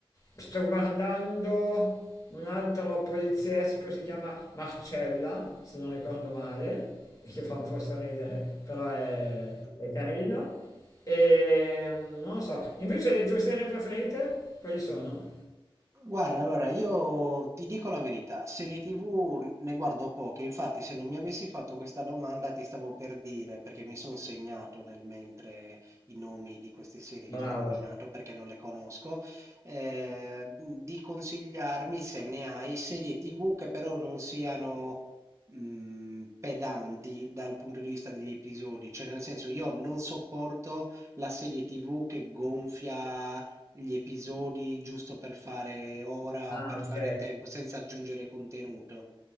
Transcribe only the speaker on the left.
Sto guardando un altro poliziesco, si chiama Marcella, se non ricordo male, e che fa un po' sorridere, però è, è carino. E mm, non lo so, invece le tue serie preferite, quali sono?
Bravo.
Ah,
ok.